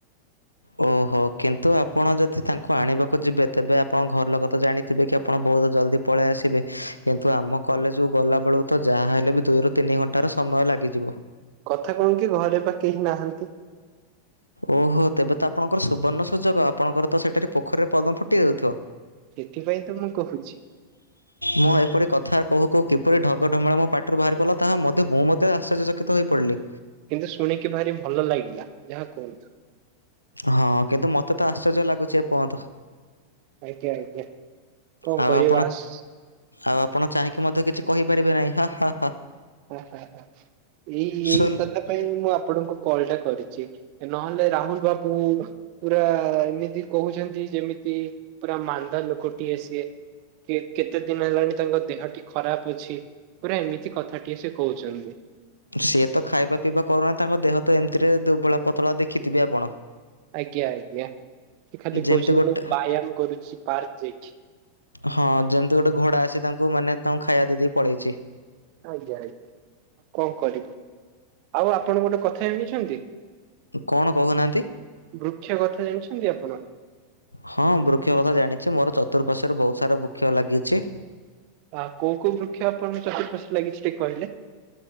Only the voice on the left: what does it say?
ଓହୋ କିନ୍ତୁ ଆପଣ ଯଦି ତାଙ୍କୁ ଆଣିବାକୁ ଯିବେ ତେବେ ଆପଣ ଘରଲୋକ ତ ଜାଣି ଥିବେ କି ଆପଣ ବହୁତ ଜଲ୍ଦି ପଳେଇ ଆସିବେ କିନ୍ତୁ ଆମ କଲେଜକୁ ଗଲା ବେଳକୁ ତ ଯାହା ହେଲେ ବି ଦୁଇରୁ ତିନି ଘଣ୍ଟାର ସମୟ ଲାଗିଯିବ।
ଓହୋ ତେବେ ତ ଆପଣଙ୍କର ସୁବର୍ଣ୍ଣ ସୁଯୋଗ ଆପଣଙ୍କର ତ ସେଠାରେ ପୋଖରୀରେ ପଦ୍ମ ଫୁଟି ଯାଉଥିବ।
ମୁଁ ଏପରି କଥା କହୁ କହୁ କିପରି ଢଗଢମାଳ ମୋ ପାଟିରୁ ବାହାରି ପାରିଲ ତାହା ମଧ୍ୟ ମୁଁ ମଧ୍ୟ ଆଶ୍ଚର୍ଯ୍ୟ ଚକିତ। ତ ହୋଇ ପଡ଼ିଲି।
ହଁ କିନ୍ତୁ ମତେ ତ ଆଶ୍ଚର୍ଯ୍ୟ ଲାଗୁଛି ଏ ପନ୍ତ।
ଆଉ
ଆପଣ ଆଉ ଆପଣ ଚାହିଁକି ମଧ୍ୟ କିଛି କହିପାରିବେ ନାହିଁ ହା ହା ହା।
ସୁଲ
ସିଏ ତ ଖାଇବା ପିଇବା କରୁନା ତାଙ୍କ ଦେହ ତ ଏମିତିରେ ଦୁର୍ବଳା ପତଳା ଦେଖିଥିବେ ଆପଣ।
ଯେମିତି
ଗୋଟେ
ହଁ ଯେମିତି ଗୋଟେ ଘୋଡା ଆସି ତାଙ୍କୁ ମାନେ ତାଙ୍କୁ ଖାଇବା ଦେଇଦି ପଳେଇଛି।
କଣ କହୁନାହାଁନ୍ତି।
ହଁ ବୃକ୍ଷ କଥା ଜାଣିଛି ମୋର ଚତୁର୍ପାର୍ଶ୍ୱରେ ବହୁତ ସାରା ବୃକ୍ଷ ଲାଗିଛି।